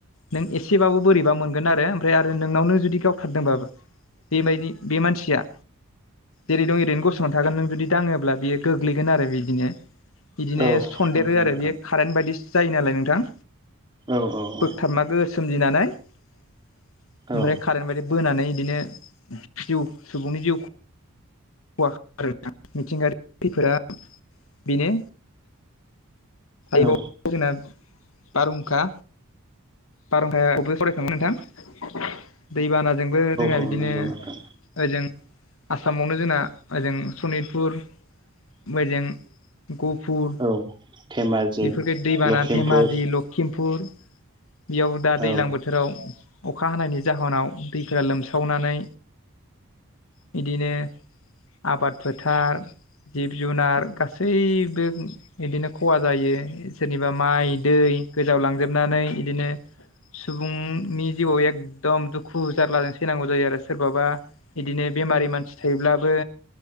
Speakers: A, on the left; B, on the right.
A: नों एसेबाबो बोरैबा मोनगोन आरो ओमफ्राय आरो नोंनावनो जुदि गावथारदोंबाबो बेबायदि बे मानसिया जेरै दं ओरैनो गसंनानै थागोन नों जुदि दाङोब्ला बियो गोग्लैगोन आरो बिदिनो। बिदिनो
B: औ
A: सन्देरो
B: नंगौ
A: आरो
B: नोंथां
A: बेयो कारेन्ट बायदिसो जायो नालाय नोंथां।
B: औ औ।
A: बोगथाबमा गोहो सोमजिनानै ओमफ्राय
B: औ
A: कारेन्ट बायदि बोनानै बिदिनो जिउ सुबुंनि जिउ खहा <inaudible> नोंथां मिथिंगायारि खैफोदा बेनो। <unintelligible>
B: औ
A: जोंना बारहुंखा बारहुंखायाबो <unintelligible> नोंथां दैबानाजोंबो जोंहा
B: औ
A: बिदिनो।
B: नंगौ नोंथां
A: ओजों आसामावनो जोंना ओजों सनितपुर मोजों गहफुर
B: औ। धेमाजि
A: बेफोरखो दैबाना
B: लखिमपुर
A: धेमाजि लखिमपुर बेयाव दा
B: औ
A: दैज्लां बोथोराव अखा हानायनि जाहोनाव दैफोरा लोमसावनानै बिदिनो आबाद फोथार जिब जुनार गासैबो बिदिनो खहा जायो सोरनिबा माइ दै गोजाव लांजोबनानै बिदिनो सुबुंनि जिउआव एखदम दुखु जारलाजों सैनांगौ जायो आरो सोरबाबा बिदिनो बेमारि मानसि थायोब्लाबो